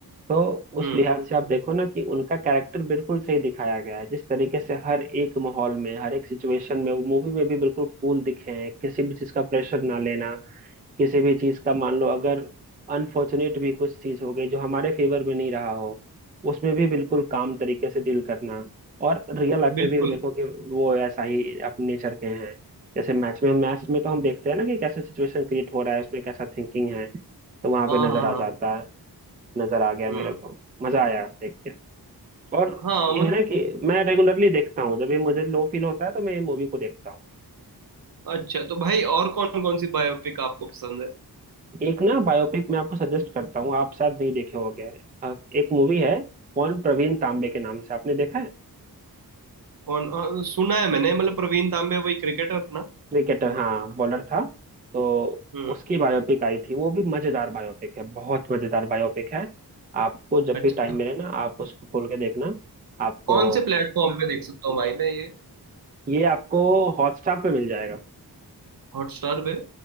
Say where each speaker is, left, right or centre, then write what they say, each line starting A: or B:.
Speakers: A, on the right (about 20°); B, on the right (about 60°).
A: तो उस
B: हैं। हम्म
A: लिहाज से आप देखो ना कि उनका कैरेक्टर बिल्कुल सही दिखाया गया है जिस तरीके से हर एक माहौल में हर एक सिचुएशन में वो मूवी में भी बिल्कुल कूल दिखे हैं किसी भी चीज का प्रेशर ना लेना किसी भी चीज का मान लो अगर अनफॉर्चुनेट भी कुछ चीज हो गई जो हमारे फेवर में नहीं रहा हो उसमें भी बिल्कुल काम तरीके से डील करना और रियल लाइफ
B: बिल्कुल
A: में भी देखो कि वो ऐसा ही अपने नेचर के हैं जैसे मैच में मैच में तो हम देखते हैं ना कि कैसे सिचुएशन क्रिएट हो रहा है उसमें कैसा थिंकिंग है तो वहां पे
B: हाँ
A: नजर
B: हाँ
A: आ
B: हाँ
A: जाता है नजर आ गया
B: हम्म
A: मेरे को मजा आया देख के और
B: हाँ
A: ये
B: मतलब
A: है ना कि मैं रेगुलरली देखता हूँ जब भी मुझे लो फील होता है तो मैं ये मूवी को देखता हूँ
B: अच्छा तो भाई और कौन कौन सी बायोपिक आपको पसंद है
A: एक ना बायोपिक मैं आपको सजेस्ट करता हूँ आप शायद नहीं देखे हो गया है अ, एक मूवी है कौन प्रवीण तांबे के नाम से आपने देखा है
B: कौन अ, सुना है मैंने मतलब प्रवीण तांबे वही क्रिकेटर ना
A: क्रिकेटर हाँ बॉलर था तो
B: हम्म
A: उसकी बायोपिक आई थी वो भी मजेदार बायोपिक है बहुत मजेदार बायोपिक है आपको जब
B: अच्छा
A: भी टाइम मिले ना आप उसको खोल के देखना आपको
B: कौन से प्लेटफॉर्म पे देख सकता हूँ भाई मैं ये
A: ये आपको हॉटस्टार पे मिल जाएगा
B: हॉटस्टार पे